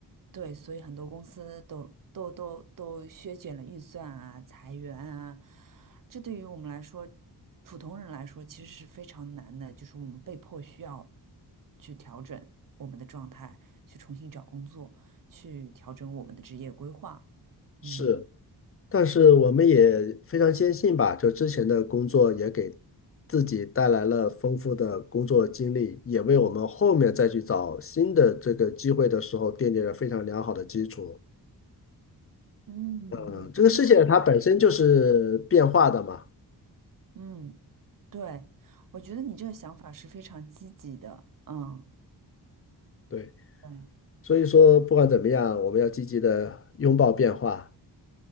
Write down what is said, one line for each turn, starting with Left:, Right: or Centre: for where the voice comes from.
Right: 对，所以很多公司都都都都削减了预算啊，裁员啊，这对于我们来说，普通人来说其实是非常难的，就是我们被迫需要去调整我们的状态，去重新找工作，去调整我们的职业规划。
Left: 是，
Right: 嗯，
Left: 但是我们也非常坚信吧，就之前的工作也给自己带来了丰富的工作经历，也为我们后面再去找新的这个机会的时候奠定了非常良好的基础。
Right: 嗯，
Left: 嗯，
Right: 你这个心态，
Left: 这个世界它本身就是变化的嘛，
Right: 嗯，对，我觉得你这个想法是非常积极的，嗯，
Left: 对，
Right: 对，
Left: 所以说不管怎么样，我们要积极的拥抱变化，